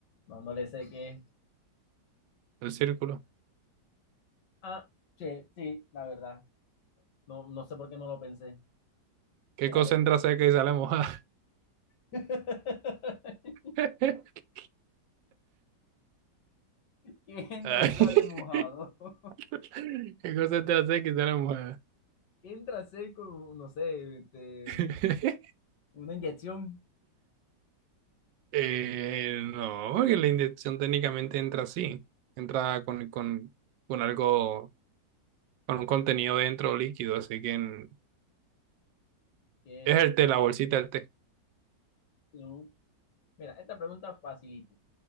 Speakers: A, on the left; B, on the right.
A: No, no le sé qué.
B: El círculo.
A: Ah, sí, sí, la verdad. No, no sé por qué no lo pensé.
B: ¿Qué
A: Mira,
B: cosa
A: él.
B: entra seca y sale mojada?
A: <laughs>
B: <laughs>
A: que entra
B: Ay,
A: y sale
B: <laughs>
A: mojado. <laughs>
B: ¿Qué cosa entra seca y sale mojada?
A: Entra seco, no sé, este,
B: <laughs>
A: una inyección.
B: Eh, no, porque la inyección técnicamente entra así. Entra con, con, con algo, con un contenido dentro líquido. Así que en-
A: Que,
B: es el té, la bolsita del té.
A: un- mira, esta pregunta facilito.